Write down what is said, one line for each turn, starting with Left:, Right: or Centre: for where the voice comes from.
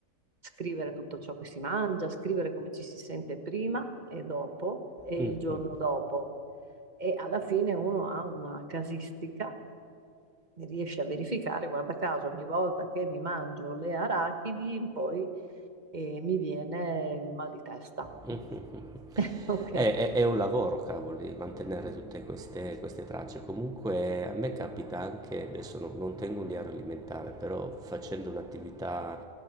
Right: scrivere tutto ciò che si mangia, scrivere come ci si sente prima e dopo e
Centre: mm,
Right: il giorno
Centre: mm.
Right: dopo. E alla fine uno ha una casistica e riesce a verificare, guarda caso, ogni volta che mi mangio le arachidi, poi eh, mi viene il mal di testa. <laughs>
Centre: <laughs>
Right: Ok,
Centre: È, è- è un lavoro, cavoli, mantenere tutte queste, queste tracce. Comunque a me capita anche, adesso non, non tengo un diario alimentare, però facendo un'attività